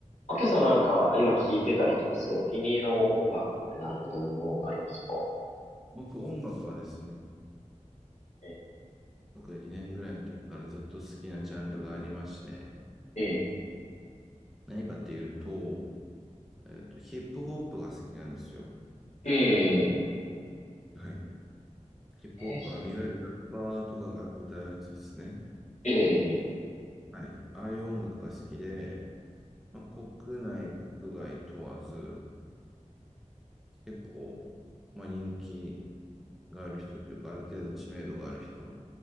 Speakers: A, on the left; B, in the centre.
A: あけさんなんか今聴いてたりとかすごいお気に入りの音楽ってなんかどういうものがありますか
B: 僕、音楽はですね、
A: え、
B: 僕2年ぐらいの時からずっと好きなジャンルがありまして、
A: え、
B: 何かっていうと、えっと、ヒップホップが好きなんですよ。
A: え、え、
B: はい。ヒップホップ、
A: え、
B: あの、いわゆるラッパーとかが歌うやつですね。
A: え、え、
B: はい。ああいう音楽が好きで、まあ、国内、国外問わず、結構、まあ、人気がある人というか、ある程度知名度がある人は